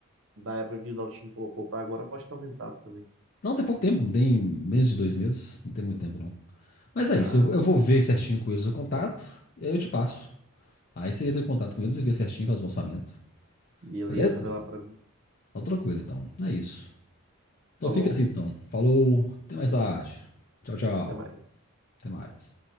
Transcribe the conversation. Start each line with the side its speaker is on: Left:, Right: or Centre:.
Right: da época que o Daltinho colocou para agora, pode estar aumentado também.
Left: Não, tem pouco tempo, não tem menos de dois meses, não tem muito tempo não. Mas é
Right: Ah,
Left: isso, eu, eu vou ver certinho com eles o contato, e aí eu te passo. Aí você entra em contato com eles e vê certinho, faz o orçamento.
Right: beleza,
Left: Beleza?
Right: vê lá para mim.
Left: Tá tranquilo, então. É isso. Então
Right: Falou,
Left: fica assim, então. Falou, até mais tarde. Tchau, tchau.
Right: até mais.
Left: Até mais.